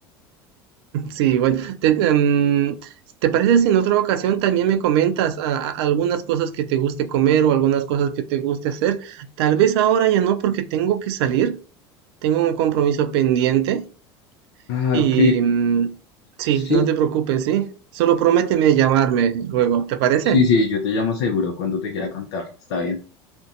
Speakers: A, on the right; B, on the left.
A: Sí, bueno, te, em, ¿te parece si en otra ocasión también me comentas a- a- algunas cosas que te guste comer o algunas cosas que te guste hacer? Tal vez ahora ya no, porque tengo que salir, tengo un compromiso pendiente
B: Ah,
A: y
B: ok,
A: mm, sí,
B: sí,
A: no te preocupes, ¿sí? Solo prométeme llamarme luego, ¿te parece?
B: sí, sí, yo te llamo seguro cuando te quiera contar. Está bien.